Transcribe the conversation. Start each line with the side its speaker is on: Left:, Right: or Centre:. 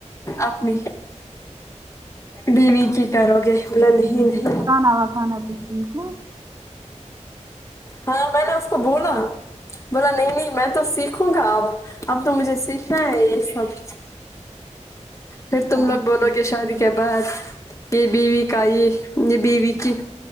Left: اپمی بیوی کی کرو گے بولا نہیں نہیں
Right: <unintelligible> ٹیک ہو
Left: ہاں میں نے اس کو بولا بولا نہیں نہیں میں تو سیکھوں گا اب تو مجھے سیکھنا ہے یے سب پھر تم
Right: اچھا
Left: لوگ بولو گے شادی
Right: ٹھیک
Left: کے بعد یے بیوی کا یے یے بیوی کی